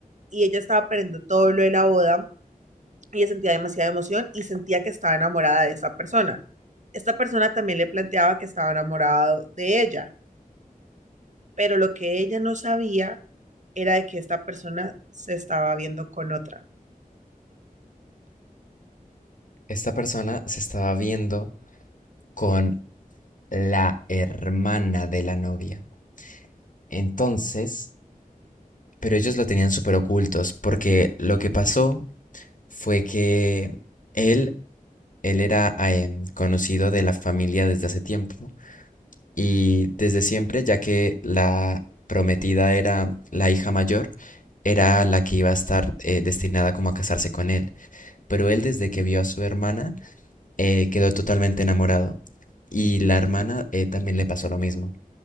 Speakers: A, on the right (about 55°); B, on the left (about 60°).
A: y ella estaba aprendiendo todo lo de la boda, ella sentía demasiada emoción y sentía que estaba enamorada de esa persona. Esta persona también le planteaba que estaba enamorado de ella pero lo que ella no sabía era de que esta persona se estaba viendo con otra.
B: Esta persona se estaba viendo con la hermana de la novia. Entonces, pero ellos lo tenían súper ocultos, porque lo que pasó fue que él, él era em, conocido de la familia desde hace tiempo ¿no? y desde siempre, ya que la prometida era la hija mayor, era la que iba a estar eh, destinada como a casarse con él. Pero él desde que vio a su hermana eh, quedó totalmente enamorado y la hermana eh, también le pasó lo mismo.